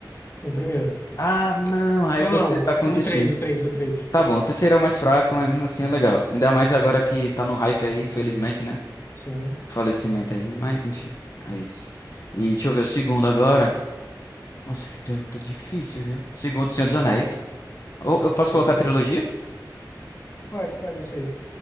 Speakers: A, on the left (about 35°); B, on the left (about 50°).
A: O primeiro.
B: Ah, não. Aí
A: Não,
B: você
A: não, não.
B: tá com
A: O
B: desvio.
A: três, o três, o três.
B: Tá bom, o terceiro é o mais fraco, mas mesmo assim é legal. Ainda mais agora que tá no hype aí, infelizmente, né?
A: Sim,
B: falecimento aí, mas enfim, é isso. E deixa eu ver o segundo agora. Nossa, que pergunta difícil, viu? Segundo, Senhor dos Anéis. Ou eu
A: ok.
B: posso colocar trilogia?
A: Pode, pode, aceito.